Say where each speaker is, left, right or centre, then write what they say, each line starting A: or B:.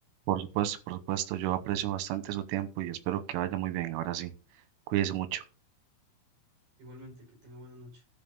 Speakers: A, on the right; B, on the right.
A: Por supuesto, por supuesto, yo aprecio bastante su tiempo y espero que vaya muy bien. Ahora sí, cuídese mucho.
B: Igualmente, que tenga buena noche.